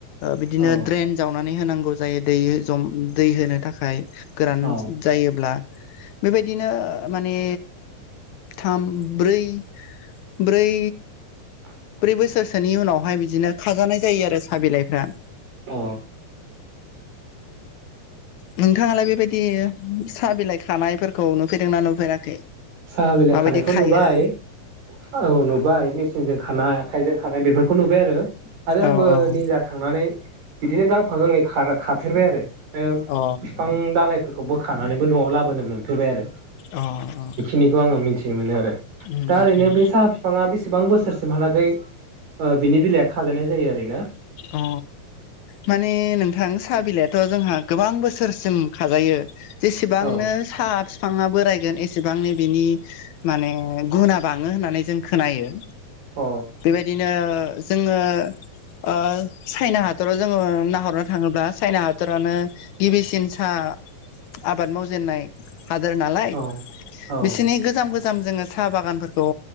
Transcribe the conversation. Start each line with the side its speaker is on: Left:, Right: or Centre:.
Left: बिदिनो
Right: औ
Left: ड्रेन जावनानै होनांगौ जायो दै जम दै होनो थाखाय गोरान
Right: औ
Left: जायोब्ला बेबायदिनो माने थाम ब्रै ब्रै
Right: <unintelligible>
Left: ब्रै बोसोरसोनि उनावहाय बिदिनो खाजानाय जायो आरो साहा बिलाइफ्रा
Right: अ
Left: नोंथाङालाय बेबायदि साहा बिलाइ खानायफोर खौ नुफेरदों ना नुफेराखै
Right: साहा बिलाय
Left: माबायदि
Right: खानायखौ
Left: खायो?
Right: नुबाय औ नुबाय मेचिनजों खानाय आखाइजों खानाय बेफोरखौ नुबाय आरो आरो आंबो
Left: औ औ
Right: निजा थांनानै बिदिनो गांफा गांनै खाफेरबाय आरो
Left: अ
Right: बिफां दालइ बेखौ बोखानानैबो न'आव लाबोनो मोनफेरबाय आरो
Left: अ अ
Right: बेखौ आङो मिथिनो मोनो आरो
Left: उम
Right: दा
Left: उम
Right: ओरैनो
Left: उम
Right: बे साहा बिफां बिफाङा बेसेबां बोसोरसिमहालागै बिनि बिलाइया खाजायनाय जायो ओरैनो
Left: अ माने नोंथां साहा बिलाइथ' जोंहा गोबां बोसोरसिम खाजायो। जेसेबांनो
Right: औ
Left: साहा बिफाङा बोरायगोन एसेबांनो बिनि माने गुना बाङो होननानै जों खोनायो।
Right: अ
Left: बेबायदिनो जोङो ओ चाइना हादराव जोङो नाहरनो थाङोब्ला चाइना हादरानो गिबिसिन सा आबाद मावजेननाय हादोर नालाय
Right: औ औ
Left: बिसोरनि गोजाम गो जोङो साहा बागानफोरखौ